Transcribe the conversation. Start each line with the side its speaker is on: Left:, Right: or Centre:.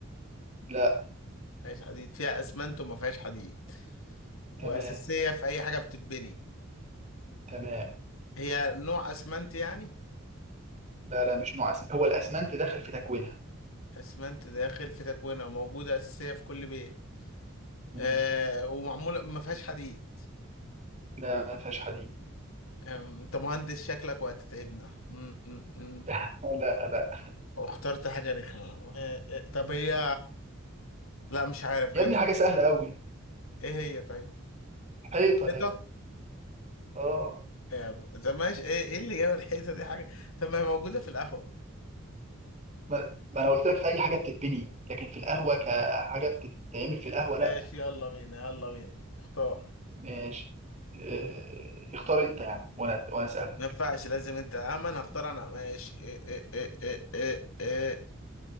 Right: لا
Left: فيهاش حديد فيها اسمنت وما فيهاش حديد واساسيه
Right: تمام
Left: في اي حاجه بتتبني
Right: تمام
Left: هي نوع اسمنت يعني
Right: لا لا مش نوع أسمنت هو الأسمنت داخل في تكوينها
Left: اسمنت داخل في تكوينها موجوده اساسيه في كل بيت
Right: مم.
Left: آه ومعموله ما فيهاش حديد
Right: لا ما فيهاش حديد
Left: أم، انت مهندس شكلك وهتتعبنا أم، أم، أم.
Right: <laughs> لا لا
Left: واخترت حاجة رخمة أه، أه، طب هي لا مش عارف غلب
Right: يا ابني حاجة سهلة قوي
Left: ايه هي طيب
Right: حيطة
Left: حيطة
Right: يا ابني اه
Left: أم، طب ماشي ايه ايه اللي جاب الحيطة دي حاجة طب ما هي موجودة في القهوة
Right: ما, ما انا قلت لك في اي حاجة بتتبني لكن في القهوة كحاجة بتتعمل في القهوة لا
Left: ماشي يلا بينا يلا بينا اختار
Right: ماشي آه، اختار انت يا عم وانا وانا اسالك
Left: ما ينفعش لازم انت امن هختار انا ماشي إيه إيه إيه إيه إيه إيه.